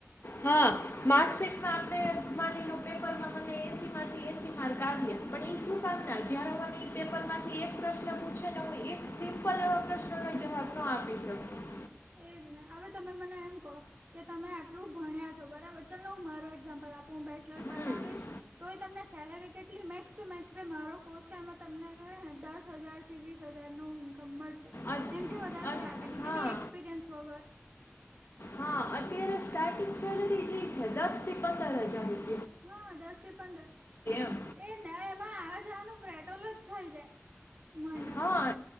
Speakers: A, on the left (about 55°); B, on the right (about 35°).
A: હા માર્કશીટમાં આપણે માની લો પેપરમાં મને એસીમાંથી એંસી માર્ક આવ્યા પણ ઈ શું કામના? જ્યારે મને ઈ પેપરમાંથી એક પ્રશ્ન પૂછે ને હું એક સિમ્પલ એવા પ્રશ્નનો જવાબ નો આપી શકું.
B: એજ ને. હવે તમે મને એમ કહો કે તમે આટલું ભણ્યા છો બરાબર ચલને હું મારો એક્ઝામ્પલ આપ હું બેચલર પતાવીશ
A: હમ
B: તો એ તમને સેલરી કેટલી મેક્સ ટુ મેક્સ રે મારો કોર્સ છે એમાં તમને કહેને દસ હજારથી વીસ હજારનું ઇન્ક કમ મળશે,
A: અ-
B: એનથી વધારે
A: અ-
B: કોઈ આપે નહી.
A: હા
B: એ બી એક્સપિરિયન્સ વગર.
A: હા અત્યારે સ્ટાર્ટિંગ સેલરી જ ઇ છે. દસથી પંદર હજાર રૂપ
B: હા દસથી પંદર
A: એમ
B: એજ ને હવે એમાં આવા જવાનું પેટ્રોલ જ થઇ જાય. મહિનામાં.
A: હા